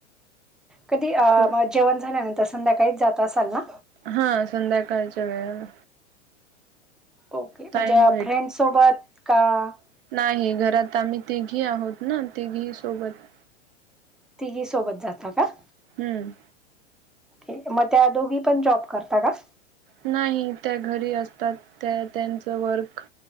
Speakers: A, in the centre; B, on the right.
A: कधीं अं
B: थो
A: मं जेवणं झाल्यानंतर संध्याकाळीच जातं असांल नां.
B: हां संध्याकाळच्या वेळेला.
A: ओके
B: टाइम
A: म्हणजे फ्रेंड सोबतं कां.
B: नाहीं घरांत आम्हीं तिघी आहोंत नां तिघी सोबतं.
A: तिघी सोबतं जातां कां?
B: हम्मं.
A: मंग त्यां दोघी पणं जॉब करतां कां
B: नाहीं त्यां घरी असतांत त्यां त्यांचं वर्क.